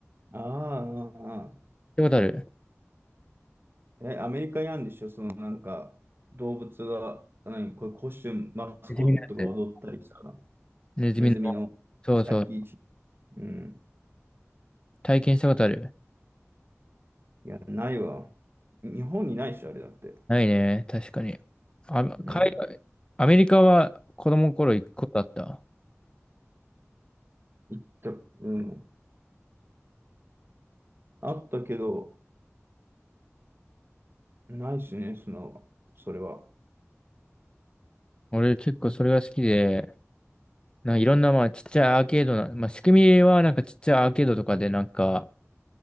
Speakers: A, on the right; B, on the left.
A: ああああ
B: 聞いたことある
A: え、アメリカにあるんでしょそのなんか、動物が、何、これコスチューム、マスコットが踊ったりさ、
B: ネズミのやつ。ネズミの。
A: ネズミの
B: そうそう。
A: 先位チ、うん。
B: 体験したことある
A: いや、ないわ。日本にないし、あれだって。
B: ないね。確かに。あ、
A: うん。
B: 海外、アメリカは子供の頃行くことあった。
A: 行った、うん。あったけど、ないしね、その、それは。
B: 俺結構それが好きで、なんかいろんな、まあ、ちっちゃいアーケードな、まあ、仕組みは、なんかちっちゃいアーケードとかで、なんか、